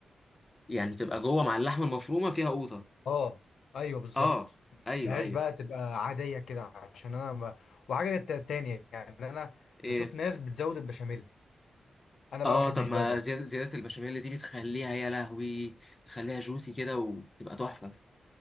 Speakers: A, on the left; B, on the left.
A: يعني تبقى جوه مع اللحمة المفرومة فيها قوطة.
B: اه ايوه بالظبط
A: آه أيوه
B: مبهاش
A: أيوه
B: بقى تبقى عاديه كده عشان انا ما... وحاجه تا- تانية يعني انا
A: إيه
B: بشوف ناس بتزود البشاميل انا
A: آه
B: بقى ما بحبش
A: طب ما
B: بقى ده
A: زيادة زيادة البشاميل دي بتخليها يا لهوي بتخليها جوسي كده وبتبقى تحفة.